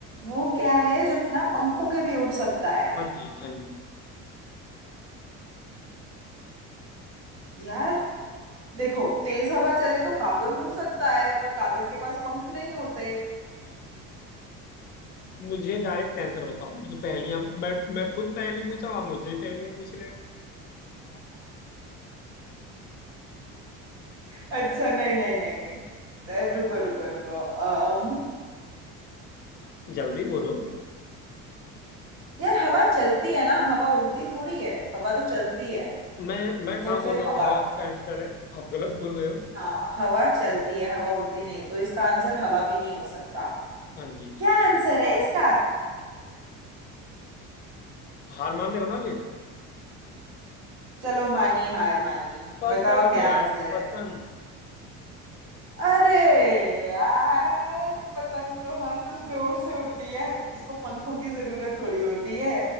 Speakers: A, on the right; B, on the left.
A: वो क्या है जो बिना पंखों के भी उड़ सकता है
B: हाँ जी हाँ जी
A: यार देखो तेज हवा चले तो कागज उड़ सकता है पर कागज के पास पंख नहीं होते
B: मुझे डायरेक्ट आंसर बताओ मुझे पहेलियां मैं मैं खुद पहेली पूछा हूं, आप मुझसे ही पहेलियां पूछ रहे हो
A: अच्छा नहीं नहीं नहीं नहीं अ, रुको रुको रुको अम
B: जल्दी बोलो
A: यार हवा चलती है ना हवा उड़ती थोड़ी है हवा तो चलती है
B: मैं मैं
A: तो
B: कहाँ बोल
A: फिर
B: रहा हूँ
A: हवा
B: कि हवा उसका आंसर है आप गलत बोल रहे हो
A: हाँ हवा चलती है हवा उड़ती नहीं है तो इसका आंसर हवा भी नहीं हो सकता
B: हाँ जी
A: क्या आंसर है इसका
B: हार मान रहे हो ना फिर
A: चलो मानी हार मानी
B: पतंग
A: बताओ क्या
B: यार
A: आंसर है
B: पतंग
A: अरे यार पतंग तो हाँ सच डोर से उड़ती है उसको पंखों की जरूरत थोड़ी होती है